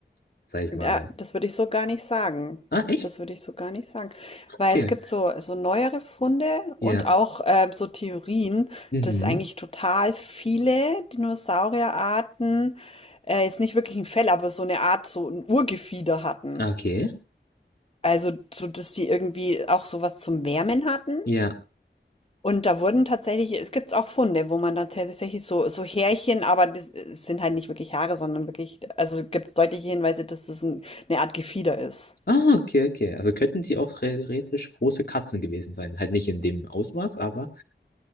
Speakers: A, on the left; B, on the left.
A: sag ich
B: Da
A: mal.
B: das würde ich so gar nicht sagen.
A: Ah, echt?
B: Das würde ich so gar nicht sagen.
A: Okay.
B: Weil es gibt so so neuere Funde
A: Ja.
B: und auch, ähm, so Theorien,
A: Mhm.
B: dass eigentlich total viele Dinosaurierarten, äh, jetzt nicht wirklich ein Fell, aber so eine Art so ein Urgefieder hatten.
A: Okay.
B: Also, so dass die irgendwie auch sowas zum Wärmen hatten.
A: Ja.
B: Und da wurden tatsächlich, es gibt auch Funde, wo man dann tatsächlich so, so Härchen, aber das es sind halt nicht wirklich Haare, sondern wirklich, also gibt es deutliche Hinweise, dass das ein, eine Art Gefieder ist.
A: Ah, okay, okay. Also könnten die auch theoretisch große Katzen gewesen sein. Halt nicht in dem Ausmaß, aber